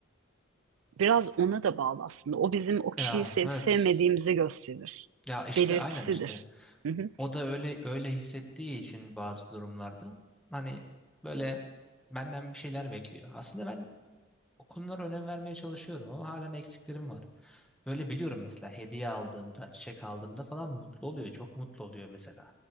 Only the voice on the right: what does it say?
Biraz ona da bağlı aslında. O bizim o kişiyi
sevip
sevmediğimizi gösterir.
Belirtisidir.
Hı hı.